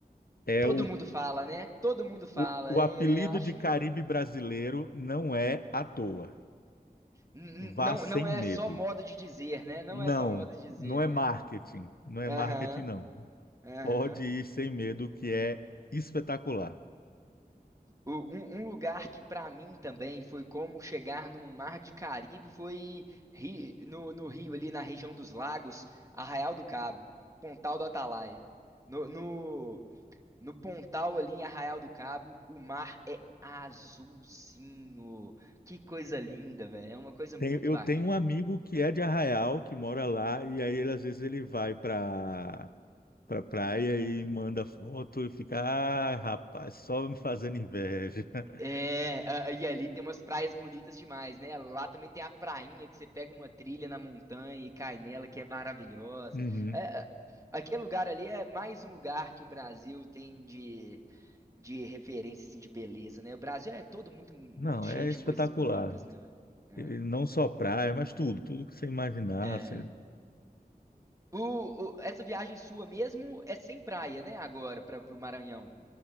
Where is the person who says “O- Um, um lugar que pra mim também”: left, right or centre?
Right